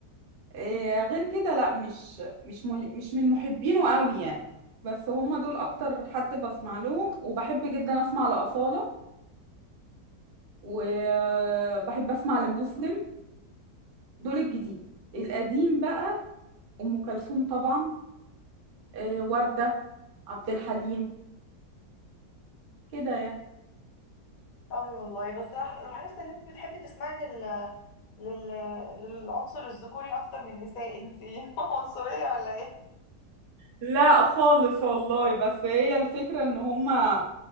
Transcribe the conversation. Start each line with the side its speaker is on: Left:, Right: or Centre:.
Right: إيه غير كده لا مش مش م- مش من محبينه قوي يعني بس هم دول اكتر حد بسمع لهم وبحب جدا اسمع لأصالة وبحب اسمع لمسلم دول الجديد القديم بقى ام كلثوم طبعا آه، وردة عبد الحليم كده يعني
Left: قوي والله بس لاح- لاحظت إن انتي بتحبي تسمعي لل... لل... للعنصر الذكوري أكتر من النساء انتي <laughs> عنصرية ولا ايه؟
Right: لا خالص والله بس هي الفكرة ان هما